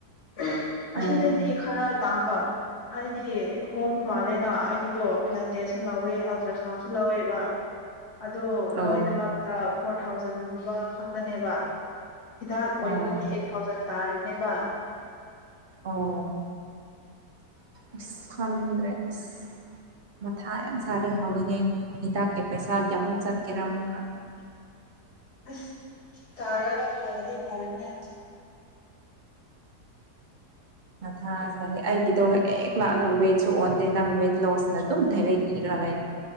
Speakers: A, on the left (about 65°); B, on the right (about 40°).
A: ꯑꯍꯨ ꯑꯁꯤꯗꯩꯗꯤ
B: ꯎꯝ
A: ꯈꯔ ꯇꯥꯛ ꯑ ꯍꯥꯏꯗꯤ ꯍꯣꯡꯕ ꯃꯥꯂꯦ ꯔꯥ ꯑꯩꯒꯤꯗꯣ ꯕ꯭ꯂꯗ ꯇꯦꯁꯁꯨ ꯂꯧꯋꯦ ꯑꯜꯇ꯭ꯔꯥ ꯁꯥꯎꯟꯁꯨ ꯂꯧꯋꯦꯕ ꯑꯗꯣ
B: ꯑꯣ
A: ꯂꯣꯏꯅꯃꯛꯇ ꯐꯣꯔ ꯊꯥꯎꯖꯟꯒꯨꯝꯕ ꯈꯛꯇꯅꯦꯕ ꯍꯤꯗꯥꯛ ꯑꯣꯏꯕꯒꯤ
B: ꯑꯣ
A: ꯑꯩꯠ ꯊꯥꯎꯖꯟ ꯇꯥꯔꯤꯅꯦꯕ
B: ꯑꯣ ꯑꯁ ꯈꯪꯗ꯭ꯔꯦ ꯑꯁ ꯃꯊꯥ ꯌꯥꯝ ꯁꯥꯔꯦ ꯍꯧꯕꯒꯦꯡ ꯍꯤꯗꯥꯛꯀꯤ ꯄꯩꯁꯥ ꯀꯌꯥꯃꯨꯛ ꯆꯠꯀꯦꯔꯥ ꯑꯃꯨꯛꯀ
A: ꯑꯁ ꯇꯥꯔꯒ ꯐꯔꯗꯤ ꯐꯔꯦꯅꯦ
B: ꯃꯊ ꯁꯥꯔꯦ ꯑꯩꯒꯤꯗꯣ ꯍꯦꯛ ꯂꯥꯛꯑꯒ ꯋꯦꯠꯁꯨ ꯑꯣꯟꯗꯦ ꯅꯪ ꯋꯦꯠ ꯂꯣꯁꯅ ꯑꯗꯨꯝ ꯗꯥꯏꯔꯦꯛ ꯏꯔ ꯇꯜꯂꯦ